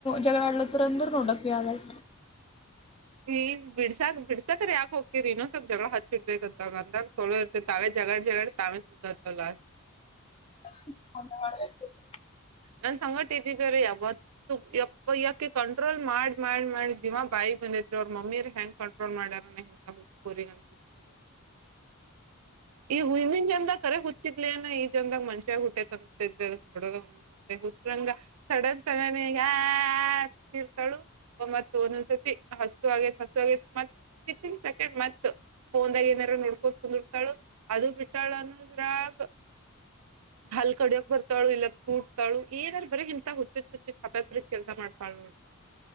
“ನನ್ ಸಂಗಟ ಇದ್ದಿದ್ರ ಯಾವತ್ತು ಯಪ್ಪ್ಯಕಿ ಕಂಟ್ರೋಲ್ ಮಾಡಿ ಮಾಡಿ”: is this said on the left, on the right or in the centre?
Right